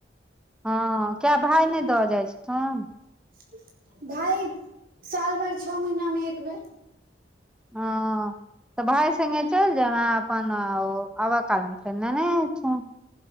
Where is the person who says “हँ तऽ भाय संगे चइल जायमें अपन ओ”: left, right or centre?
Centre